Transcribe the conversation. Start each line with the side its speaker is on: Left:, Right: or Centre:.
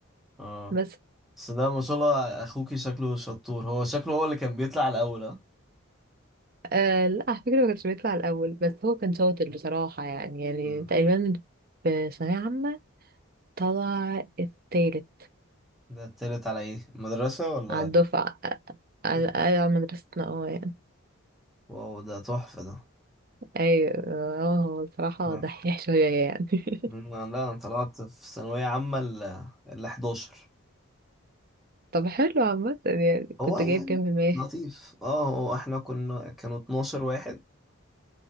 Centre: اه
Right: بس
Centre: بس ده ما شاء الله اخوكي شكله شطور هو شكله هو اللي كان بيطلع الاول ها
Right: آه لا على فكرة مكنتش بيطلع الأول بس هو كان شاطر بصراحة يعني يعني
Centre: مم.
Right: تقريبا في ثانوية عامة طلع التالت
Centre: ده طلعت على ايه مدرسة ولا
Right: على الدفعة آه، على
Centre: واو
Right: على مدرستنا اه يعني
Centre: واو، ده تحفة ده
Right: ايوه اه هو بصراحة
Centre: لا
Right: دحيح شوية يعني <laughs>
Centre: مم، لا انا طلعت في ثانوية عامة ال 11
Right: طب حلو عامة يعني
Centre: هو
Right: كنت
Centre: يعني
Right: جايب كام في المية
Centre: لطيف اه هو احنا كنا كانوا 12 واحد